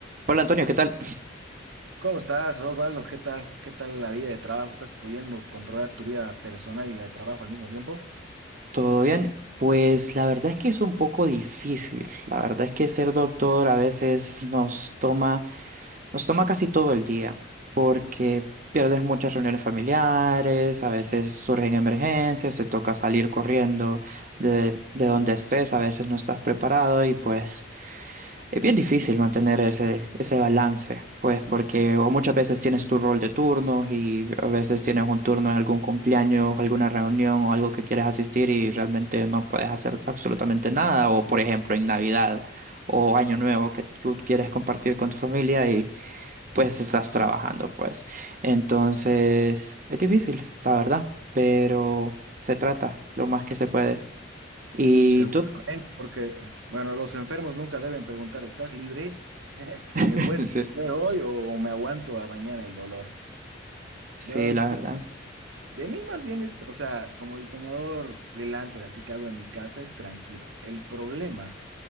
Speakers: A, on the right (about 40°); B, on the right (about 80°).
A: Hola Antonio, ¿qué tal?
B: ¿Cómo estás, Osvaldo? ¿Qué tal? ¿Qué tal la vida de trabajo? ¿Estás pudiendo controlar tu vida personal y la de trabajo al mismo tiempo?
A: ¿Todo bien? Pues la verdad es que es un poco difícil. La verdad es que ser doctor a veces nos toma, nos toma casi todo el día, porque pierdes muchas reuniones familiares, a veces surgen emergencias, te toca salir corriendo de, de donde estés, a veces no estás preparado y pues Es bien difícil mantener ese, ese balance, pues porque o muchas veces tienes tu rol de turnos y a veces tienes un turno en algún cumpleaños, alguna reunión o algo que quieres asistir y realmente no puedes hacer absolutamente nada. O por ejemplo en Navidad o Año Nuevo que tú quieres compartir con tu familia y pues estás trabajando, pues. Entonces es difícil, la verdad, pero se trata lo más que se puede. ¿Y
B: Seguramente,
A: tú?
B: porque, bueno, los enfermos nunca deben preguntar, ¿estás libre? <laughs>
A: <laughs>
B: ¿Me puedes atender
A: Sí,
B: hoy o me aguanto a mañana el dolor? De,
A: sí, la
B: de-
A: verdad.
B: de mí más bien es, o sea, como diseñador freelancer, así que hago en mi casa, es tranquilo. El problema